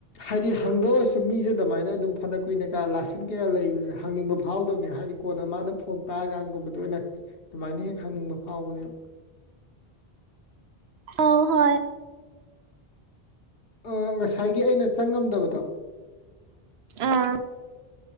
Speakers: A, on the left (about 65°); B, on the right (about 85°).
A: ꯍꯥꯏꯗꯤ ꯍꯪꯗꯣꯛ ꯑꯣꯏꯁꯨ ꯃꯤꯁꯦ ꯑꯗꯨꯃꯥꯏꯅ ꯑꯗꯨꯝ ꯐꯅ ꯀꯨꯏꯅ ꯀꯥ ꯂꯥꯥꯁꯁꯤꯟ ꯀꯩꯥ ꯂꯩꯕꯁꯦ ꯍꯪꯅꯤꯡꯕ ꯐꯥꯎꯗꯕꯅꯦ ꯍꯥꯏꯗꯤ ꯀꯣꯟꯅ ꯃꯥꯅ ꯐꯣꯟ ꯄꯥꯔꯀꯥꯟꯒꯨꯝꯕꯗ ꯑꯣꯏꯅ ꯑꯗꯨꯃꯥꯏꯅ ꯍꯦꯛ ꯍꯪꯅꯤꯡꯕ ꯐꯥꯎꯕꯅꯦꯕ
B: ꯑ ꯍꯣꯏ
A: ꯑ ꯉꯁꯥꯏꯒꯤ ꯑꯩꯅ ꯆꯪꯉꯝꯗꯕꯗꯣ
B: ꯑꯥ